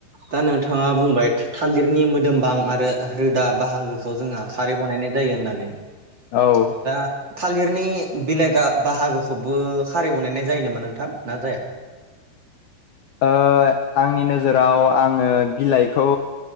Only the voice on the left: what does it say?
औ
ओ आंनि नोजोराव आङो बिलाइखौ